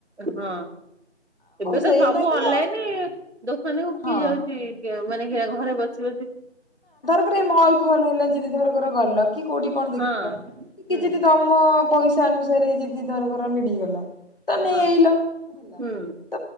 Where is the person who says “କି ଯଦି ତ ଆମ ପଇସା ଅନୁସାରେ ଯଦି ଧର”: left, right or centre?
Left